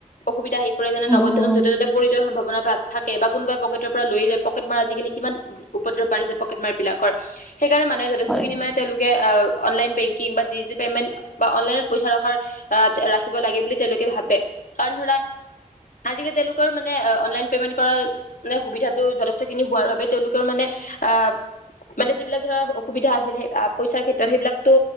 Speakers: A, on the left; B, in the centre.
A: অসুবিধা আহি পৰে যেনে
B: উম
A: নগদ
B: হম
A: ধনত য'তে ত'তে পৰি যোৱাৰ সম্ভাৱনা তাত থাকে বা কোনোবাই পকেটৰ পৰা লৈ যায় পকেট মাৰ আজিকালি কিমান উপদ্ৰৱঢ়িছে পকেট মাৰ বিলাকৰ। সেইকাৰণে মানুহে <unintelligible>
B: হয়
A: তেওঁলোক এ অনলাইন বেংকিং বা ডিজিটেল পেমেণ্ট বা অনলাইনত পইচা ৰখাৰ আহ, ৰাখিব লাগে বুলি তেওলোকে ভাৱে। ভাবে, কাৰণ ধৰা আজিকালি তেওলোকৰ মানে অনলাইন পেমেন্ট কৰা মানে সুবিধাটো যথেষ্টখিনি হোৱাৰ বাবে তেওলোকৰ মানে আহ, মানে যিবিলাক ধৰা অসুবিধা আছিল সেই পইচাৰ ক্ষেত্ৰত সেইবিলাকো